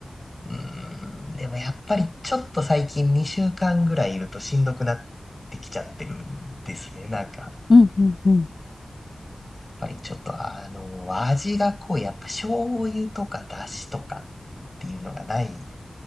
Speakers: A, on the left (about 30°); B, on the left (about 55°).
A: うーん、でもやっぱりちょっと最近2週間ぐらいいるとしんどくなってきちゃってるんですね。なんか、やっ
B: うんうんうん。
A: ぱりちょっとあの、味がこう、やっぱ醤油とか出汁とかっていうのがない